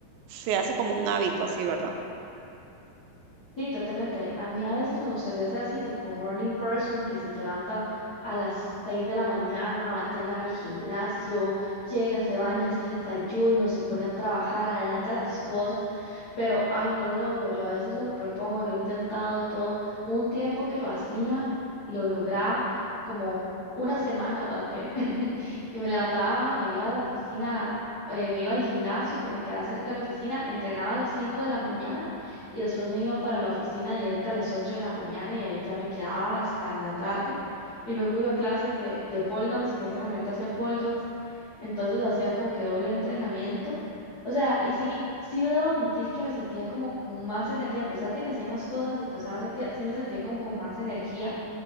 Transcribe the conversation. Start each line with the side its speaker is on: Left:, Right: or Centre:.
Right: se hace como un hábito así, ¿verdad?
Left: Sí, totalmente. A mí a veces me gustaría ser así, tipo morning person, que se levanta a las 6 de la mañana, va a entrenar al gimnasio, llega, se baña, hace el desayuno, se pone a trabajar, adelanta las cosas, pero ay, no lo logro. Yo a veces me lo propongo, lo he intentado y todo. Hubo Un tiempo que lo hacía, lo lograba, como una semana aguanté, <laughs> que me levantaba, me iba a la oficina, eh, me iba al gimnasio que me quedaba cerca de la oficina, entrenaba a las 5 de la mañana y después me iba para la oficina directa a las 8 de la mañana y ahí ya me quedaba hasta en la tarde. Y luego iba a clases de, de pole dance, que en ese momento hacía pole dance, entonces hacía como que doble entrenamiento. O sea, y sí, sí debo admitir que me sentía como con más energía, a pesar de que hacía más cosas y pasaba más actividad, sí me sentía como con más energía